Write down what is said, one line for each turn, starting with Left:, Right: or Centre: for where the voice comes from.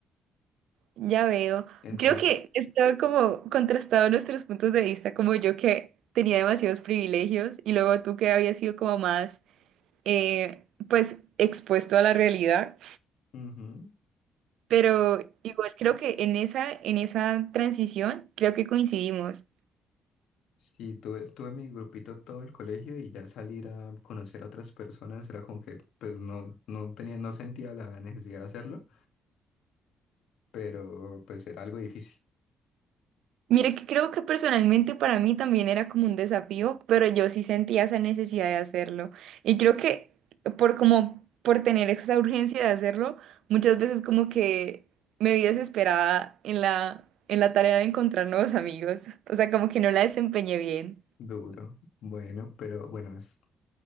Right: ya veo.
Left: Entonces,
Right: Creo que estaba como contrastado nuestros puntos de vista, como yo que tenía demasiados privilegios y luego tú que habías sido como más, eh, pues, expuesto a la realidad.
Left: ujú,
Right: Pero igual creo que en esa, en esa transición creo que coincidimos.
Left: Sí, tuve, tuve mi grupito todo el colegio y ya salir a conocer a otras personas era como que pues no, no tenía, no sentía la necesidad de hacerlo, pero pues era algo difícil,
Right: Mire que creo que personalmente para mí también era como un desafío, pero yo sí sentía esa necesidad de hacerlo. Y creo que por como por tener esa urgencia de hacerlo, muchas veces como que me vi desesperada en la en la tarea de encontrar nuevos amigos. O sea, como que no la desempeñé bien.
Left: duro. Bueno, pero bueno, es-